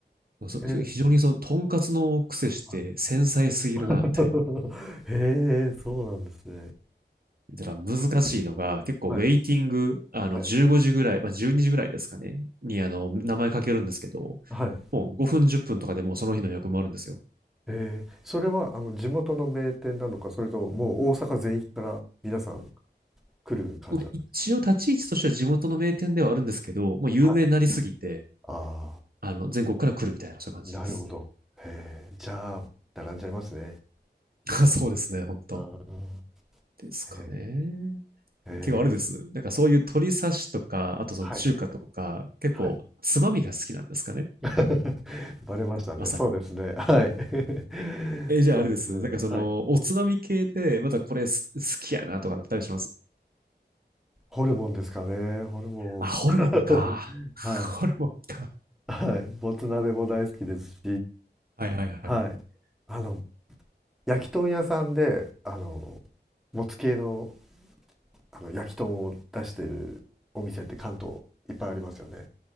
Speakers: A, on the right; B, in the centre.
A: なんかそ非常にその、
B: へえ。
A: とんかつの癖して繊細すぎるな、
B: はい。<laughs>
A: みたいな。
B: へえ、そうなんですね。
A: だから難しいのが、結構ウェイティング、
B: はい、
A: あの、
B: はい、
A: 15時ぐらい、まあ、12時ぐらいですかね、に、あの、名前かけるんですけど、
B: はい。
A: もう5分、10分とかでもうその日の予約もあるんですよ。
B: えー、それはあの地元の名店なのか、それとももう大阪全域から皆さん来る感じなんです
A: まあ、一応立ち位置としては地元の名店ではあるんですけど、もう有名になりすぎて、
B: か。はい。あ
A: あの、全国から来るみたいな、そういう感じです。
B: あ、なるほど。へえ、じゃあ、並んじゃいますね。
A: <laughs> そうですね、本当
B: うん。
A: ですかね。
B: えー、えー、
A: 結構あれです。なんかそういう鶏刺しとか、あとその中華とか、
B: はい、
A: 結構つまみが好きなんですかね。
B: はい。<laughs> バレましたね。
A: まさに。
B: そうですね。はい。<laughs>
A: え、じゃああれです。
B: そうですね。
A: なんかその、
B: はい。
A: おつまみ系で、またこれす好きやなとかだったりします。
B: ホルモンですかね。ホルモン。
A: あ、ホルモンか。
B: <laughs>
A: <laughs>
B: はい。
A: ホルモンか。
B: はい、もつ鍋も大好きですし、
A: はいはいはい。
B: はい、あの焼き豚屋さんであのもつ系の、あの焼き豚を出してるお店って関東いっぱいありますよね。